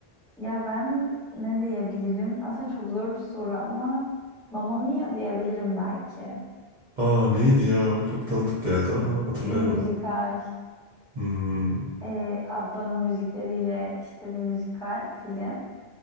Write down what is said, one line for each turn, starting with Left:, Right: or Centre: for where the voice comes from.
Centre: Ya ben ne diyebilirim? Aslında çok zor bir soru ama Mamma Mia diyebilirim belki.
Right: Aa neydi ya? O Çok tanıdık geldi ama hatırlayamadım.
Centre: Bir müzikal,
Right: Hmm,
Centre: e, Abba'nın müzikleriyle işte bir müzikal film.